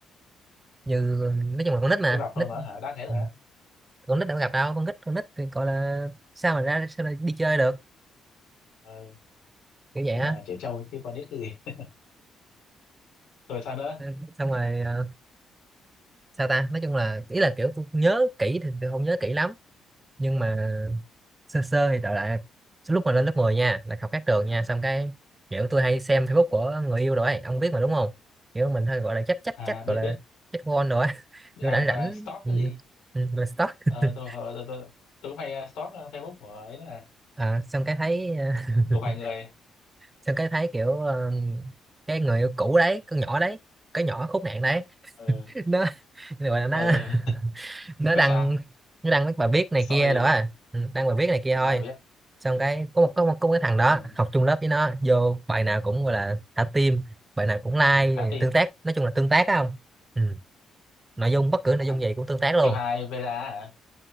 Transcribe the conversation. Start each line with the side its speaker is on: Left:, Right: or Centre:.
Right: như nói chung là con nít mà
Left: Không gặp
Right: nít
Left: thôi mà hả? Đã thế rồi
Right: Ừ.
Left: á.
Right: con nít đâu có gặp đâu con nít con nít thì gọi là sao mà ra sao lại đi chơi được
Left: Ờ,
Right: kiểu vậy
Left: cũng
Right: á
Left: là trẻ trâu chứ còn biết cái gì. <laughs> Rồi sao nữa?
Right: Ừ, xong rồi ờ, sao ta nói chung là ý là kiểu tôi nhớ kỹ thì tôi không nhớ kỹ lắm nhưng mà sơ sơ thì đại loại là lúc mà lên lớp 10 nha là học khác trường nha xong cái kiểu tôi hay xem Facebook của người yêu rồi ấy, ông biết mà đúng không kiểu mình hơi gọi là chắc chắc
Left: À,
Right: chắc
Left: biết
Right: gọi là
Left: biết.
Right: chắc con rồi á. <laughs>
Left: À,
Right: kiểu rảnh
Left: gọi
Right: rảnh
Left: là stalk
Right: ừ,
Left: cái gì?
Right: ừ, là stalk <laughs>
Left: Ờ, tôi, ờ, tôi, tôi, tôi cũng hay ờ, stalk ờ, Facebook của ấy đó là
Right: à, xong cái thấy ờ, <laughs>
Left: của vài người.
Right: xong cái thấy kiểu ờ, cái người yêu cũ đấy con nhỏ đấy cái nhỏ khốn nạn đấy
Left: Ờ,
Right: nó <laughs> gọi là nó
Left: ờ, <laughs>
Right: <laughs> nó
Left: nó
Right: đăng
Left: sao?
Right: nó đăng mấy bài viết này
Left: Sorry,
Right: kia đó à
Left: à?
Right: Ừ, đăng bài viết này kia thôi
Left: Rồi biết.
Right: xong cái có một có một, có một cái thằng đó
Left: Ừ.
Right: học chung lớp với nó vô bài nào cũng gọi là thả tim bài nào cũng like
Left: cả team
Right: tương tác nói chung là tương tác á không ừ. nội dung bất cứ nội
Left: à
Right: dung gì cũng tương tác luôn
Left: chiêu hai Vera hả